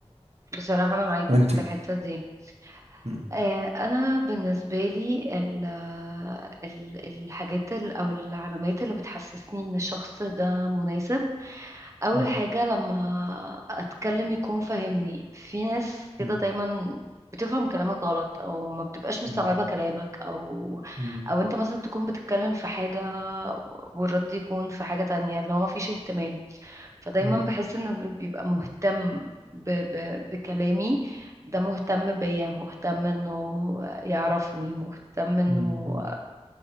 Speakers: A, on the right (about 30°); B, on the right (about 80°).
A: بصراحة انا معاك
B: وانتي
A: في الحتة دي
B: مم.
A: آه، انا بالنسبه لي ال- ال- الحاجات ال- او العلامات اللي بتحسسني ان الشخص ده مناسب اول
B: مم.
A: حاجه لما اتكلم يكون فاهمني في ناس كده
B: مم.
A: دايما بتفهم كلامك غلط او ما بتبقاش مستوعبه
B: مم.
A: كلامك او
B: مم.
A: او انت مثلا تكون بتتكلم في حاجه والرد يكون في حاجه تانية اللي هو ما فيش اهتمام فدايما
B: مم.
A: بحس انه اللي بيبقى مهتم ب ب بكلامي ده مهتم بيا مهتم انه يعرفني مهتم انه
B: مم. مم.